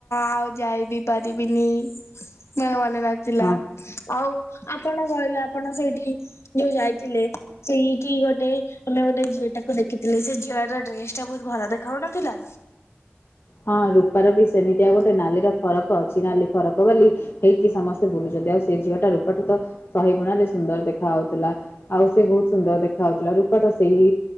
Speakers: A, on the left; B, on the left.
A: ଆଉ ଯାଇ ବିି ପାରିବିନି। ମୋର ମନେ ନଥିଲା।
B: ହଁ
A: ଆଉ ଆପଣ କହିଲେ, ଆପଣ ସେଇଠି ଯୋଉ ଯାଇଥିଲେ ସେଇଠି ଗୋଟେ ଆମେ ଗୋଟେ ଝିଅ ଟାକୁ ଦେଖିଥିଲି ସେ ଝିଅ ର ଡ୍ରେସ ଟା ବହୁତ ଭଲ ଦେଖାଉନଥିଲା।
B: ହଁ ରୂପାର ବି ସେମିତିଆଉ ଗୋଟେ ନାଲିର ଫରକ ଅଛି ନାଲି ଫରକ ବୋଲି ହେଇକି ସମସ୍ତେ ବୁଲୁଛନ୍ତି। ଆଉ ସେ ଝିଅ ଟା ରୂପାଠୁ ତ ଶହେ ଗୁଣରେ ସୁନ୍ଦର ଦେଖା ହଉଥିଲା। ଆଉ ସେ ବହୁତ ସୁନ୍ଦର ଦେଖା ହଉଥିଲା। ରୂପା ତ ସେଇ